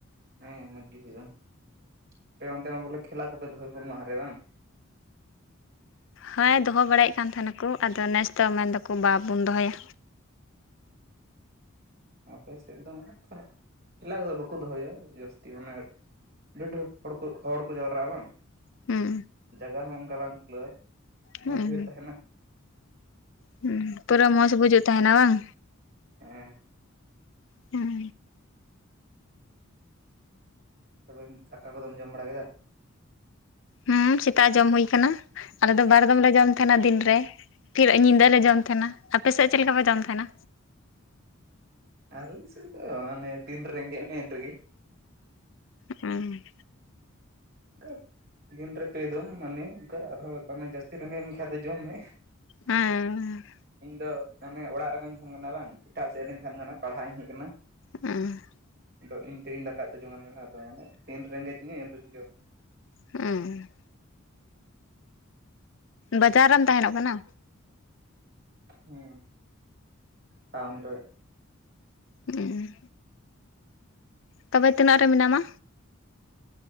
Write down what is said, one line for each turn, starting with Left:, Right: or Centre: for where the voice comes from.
Right: ᱦᱮᱸ ᱢᱚᱡᱽ ᱜᱮ ᱦᱩᱭᱩᱜᱼᱟ᱾ ᱟᱯᱮ ᱚᱱᱛᱮ ᱢᱟ ᱵᱚᱞᱮ ᱠᱷᱮᱞᱟ ᱠᱚᱯᱮ ᱫᱚᱦᱚᱭ ᱦᱩᱞ ᱢᱟᱦᱟ ᱨᱮ ᱵᱟᱝ?
Left: ᱦᱮᱸ ᱫᱚᱦᱚ ᱵᱟᱲᱟᱭᱮᱫ ᱠᱟᱱ ᱛᱟᱸᱦᱮᱱᱟᱠᱚ᱾ ᱟᱫᱚ ᱱᱮᱥ ᱫᱚ ᱢᱮᱱᱫᱟᱠᱚ ᱵᱟᱵᱚᱱ ᱫᱚᱦᱚᱭᱟ᱾
Right: ᱟᱯᱮ ᱥᱮᱫ ᱫᱚ ᱠᱷᱮᱞᱟᱠᱚᱫᱚ ᱵᱟᱠᱚ ᱫᱚᱦᱚᱭᱟ ᱡᱟᱹᱥᱛᱤ ᱚᱱᱮ ᱰᱷᱮᱨ ᱰᱷᱮᱨ ᱦᱚᱲ ᱠᱚ ᱦᱚᱲ ᱠᱚ ᱡᱟᱣᱨᱟᱜᱼᱟ ᱵᱟᱝ?
Left: ᱦᱩᱸ
Right: ᱡᱟᱭᱜᱟ ᱦᱚᱸ ᱚᱱᱠᱟ ᱵᱟᱝ ᱠᱷᱩᱞᱟᱹᱜ ᱤᱱᱟᱹᱜ
Left: ᱦᱩᱸ
Right: ᱵᱷᱤᱲ ᱛᱟᱸᱦᱮᱱᱟ᱾
Left: ᱦᱩᱸ ᱯᱩᱨᱟᱹ ᱢᱚᱸᱡᱽ ᱵᱩᱡᱟᱹᱜ ᱛᱟᱸᱦᱮᱱᱟ ᱵᱟᱝ?
Right: ᱦᱮᱸ
Left: ᱦᱩᱸ
Right: ᱟᱫᱚ ᱟᱠᱟ ᱠᱚᱫᱚᱢ ᱡᱚᱢ ᱵᱟᱲᱟ ᱠᱮᱫᱟ?
Left: ᱦᱩᱸ ᱥᱮᱛᱟᱜ ᱡᱚᱢ ᱦᱩᱭ ᱟᱠᱟᱱᱟ᱾ ᱟᱞᱮ ᱫᱚ ᱵᱟᱨ ᱫᱚᱢ ᱞᱮ ᱡᱚᱢ ᱛᱟᱦᱮᱱᱟ ᱫᱤᱱ ᱨᱮ, ᱯᱷᱤᱨ ᱧᱤᱫᱟᱹ ᱞᱮ ᱡᱚᱢ ᱛᱟᱦᱮᱸᱱᱟ᱾ ᱟᱯᱮᱥᱮᱫ ᱪᱮᱫ ᱞᱮᱠᱟ ᱯᱮ ᱡᱚᱢ ᱛᱟᱦᱮᱸᱱᱟ?
Right: ᱟᱞᱮ ᱥᱮᱫ ᱫᱚ ᱢᱟᱱᱮ ᱛᱤᱱ ᱨᱮ ᱨᱮᱸᱜᱮᱡᱽ ᱢᱮᱭᱟ ᱩᱱ ᱨᱮᱜᱮ᱾
Left: ᱦᱩᱸ
Right: ᱟᱱᱠᱟ ᱫᱤᱱ ᱨᱮ ᱯᱮ ᱫᱚᱢ ᱢᱟᱱᱮ ᱚᱱᱠᱟ ᱟᱨᱦᱚᱸ ᱡᱟᱹᱥᱛᱤ ᱨᱮᱸᱜᱮᱡᱽ ᱢᱮᱠᱷᱟᱱ ᱫᱚ ᱡᱚᱢ ᱢᱮ᱾
Left: ᱦᱮᱸ ᱦᱮᱸ
Right: ᱤᱧ ᱫᱚ ᱢᱟᱱᱮ ᱚᱲᱟᱜ ᱨᱮ ᱵᱟᱹᱧ ᱛᱟᱦᱮᱸᱱ ᱠᱟᱱᱟ ᱵᱟᱝ, ᱮᱴᱟᱜ ᱥᱮᱫ ᱨᱤᱧ ᱛᱟᱦᱮᱸᱱ ᱠᱟᱱᱟ ᱯᱟᱲᱦᱟᱜ ᱤᱧ ᱦᱮᱡᱽ ᱟᱠᱟᱱᱟ᱾
Left: ᱦᱮᱸ
Right: ᱟᱫᱚ ᱤᱧ ᱛᱮᱜᱮᱧ ᱫᱟᱠᱟ ᱩᱛᱩ ᱡᱚᱝᱣᱟᱱ ᱠᱟᱱᱟᱛᱚ ᱢᱟᱱᱮ ᱛᱤᱱ ᱨᱮᱸᱜᱮᱡᱽ ᱤᱧᱟ ᱤᱱᱨᱮᱜᱮᱧ ᱡᱚᱢᱟ᱾
Left: ᱦᱮᱸ ᱵᱟᱡᱟᱨ ᱨᱮᱢ ᱛᱟᱦᱮᱸᱱᱚᱜ ᱠᱟᱱᱟ?
Right: ᱦᱩᱸ ᱴᱟᱣᱩᱱ ᱨᱮ᱾
Left: ᱩᱸ ᱛᱚᱵᱮ ᱛᱤᱱᱟᱹᱜ ᱨᱮ ᱢᱮᱱᱟᱢᱟ?